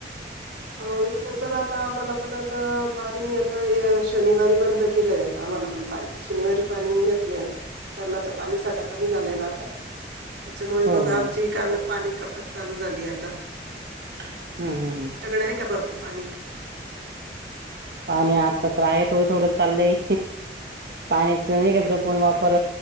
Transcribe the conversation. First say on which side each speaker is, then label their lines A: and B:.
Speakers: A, on the right; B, on the right.
A: अ इथं तर आता आम्हाला पण आता पाणी येतोय, शनिवारी बंद केलंय आता. मलापण पाणी शनिवारी पाणी येत नाही आता. धरणाचा पाणीसाठा कमी झालाय ना आता. त्याच्यामुळे
B: हो
A: मग
B: हो
A: आमची ही कामी पाणी कपात चालू झाली आता.
B: हम्म हम्म हम्म.
A: तुमच्याकडे आहे का भरपूर पाणी?
B: पाणी आता तर आहे, थोडं थोडं चाललंय. पाणीचं नाही का
A: हम्म.
B: जपून वापर